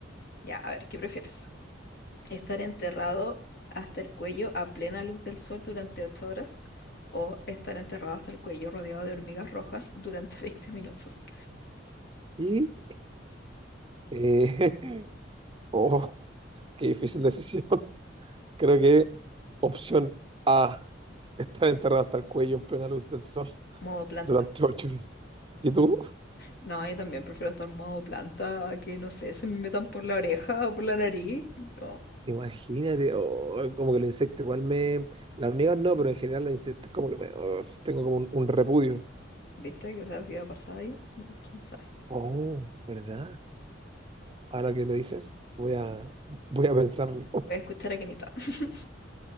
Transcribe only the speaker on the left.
ya, a ver, ¿qué prefieres? ¿Estar enterrado hasta el cuello a plena luz del sol durante 8 horas o estar enterrado hasta el cuello rodeado de hormigas rojas durante <laughs> 20 minutos?
Modo planta.
No, yo también prefiero estar modo planta a que, no sé, se me metan por la oreja o por la nariz. No,
¿viste? Que esa vida pasada ahí. Mm, ¿Quién sabe?
Voy a escuchar a Kenita. <laughs>